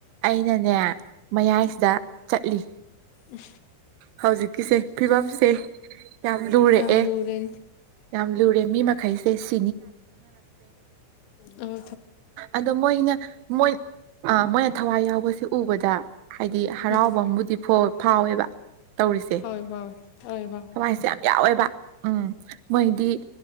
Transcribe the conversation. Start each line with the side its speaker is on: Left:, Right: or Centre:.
Right: ꯑꯩꯅꯅꯦ ꯃꯌꯥꯏꯁꯤꯗ ꯆꯠꯂꯤ
Left: ꯎ
Right: ꯍꯧꯖꯤꯛꯀꯤꯁꯦ ꯐꯤꯕꯝꯁꯦ ꯌꯥꯝ ꯂꯨꯔꯛꯑꯦ
Left: ꯌꯥꯝ ꯂꯨꯔꯦ
Right: ꯌꯥꯝ ꯂꯨꯔꯦ ꯃꯤꯃꯥꯏꯁꯦ ꯁꯤ
Left: ꯑꯣ
Right: ꯑꯗꯣ ꯃꯣꯏꯅ ꯃꯣꯏ ꯑ ꯃꯣꯏꯅ ꯊꯋꯥꯏ ꯌꯥꯎꯕꯁꯦ ꯎꯕꯗ ꯍꯥꯏꯗꯤ ꯍꯔꯥꯎꯕ
Left: ꯎꯝ
Right: ꯑꯃꯕꯨꯗꯤ ꯐꯥꯎꯋꯦꯕ ꯇꯧꯔꯤꯁꯦ
Left: ꯍꯣꯏ ꯍꯣꯏ ꯍꯣꯏ ꯐ
Right: ꯊꯋꯥꯏꯁꯦ ꯌꯥꯝ ꯌꯥꯎꯋꯦꯕ ꯎꯝ ꯃꯣꯏꯗꯤ